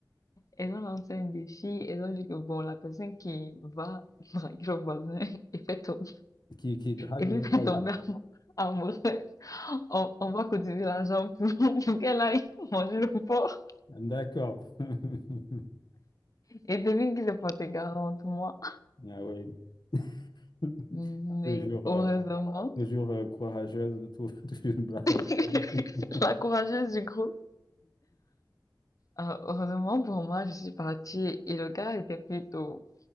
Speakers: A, on the left; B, on the left.
A: Elles ont lancé un défi, elles ont dit que bon, la personne qui va draguer le voisin <laughs> et fait tomber,
B: Qui, qui drague
A: et lui
B: le voyant.
A: fait tomber <laughs> amou- amoureuse, on, on va cotiser l'argent pour, <laughs> pour qu'elle aille manger le porc.
B: D'accord. <laughs>
A: Et devine qui se portait garante, moi.
B: Ah oui, Ouais.
A: Mais
B: toujours, euh,
A: heureusement,
B: toujours euh, courageuse, tou- <laughs> toujours brave.
A: <laughs>
B: <laughs>
A: la courageuse du groupe, euh, heureusement pour moi, je suis partie et le gars était plutôt,